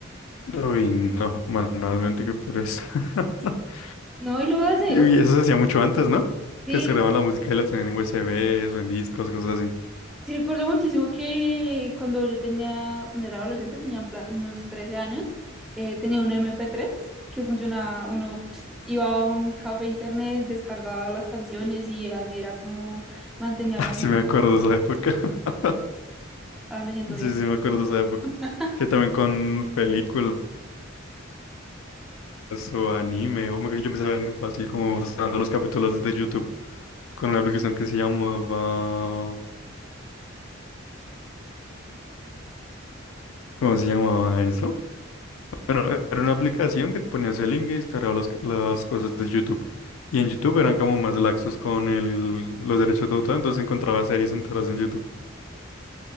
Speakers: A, on the left (about 90°); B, in the centre.
A: Uy, no, manualmente que pereza. <laughs>
B: No, y lo hace.
A: Y
B: O sea,
A: eso se hacía mucho antes, ¿no?
B: sí,
A: Que se grababan la música y la tenían en USBs o en discos, cosas así.
B: Sí, recuerdo muchísimo que cuando yo tenía, cuando era adolescente, tenía en plan unos 13 años, eh, tenía un MP3 que funcionaba, uno pues, iba a un café internet, descargaba las canciones y así era como mantenía
A: <laughs>
B: la música.
A: sí me acuerdo de esa época. <laughs>
B: Ahora me siento
A: Sí,
B: vieja.
A: sí me acuerdo de esa época.
B: <laughs>
A: Que también con películas o anime, o que yo empecé a ver fue así como mostrando los capítulos desde YouTube con una aplicación que se llamaba... ¿Cómo se llamaba eso? Bueno, era una aplicación que ponías el link y descargaba las, las cosas de YouTube. Y en YouTube eran como más laxos con el, los derechos de autor, entonces encontraba series enteras en YouTube.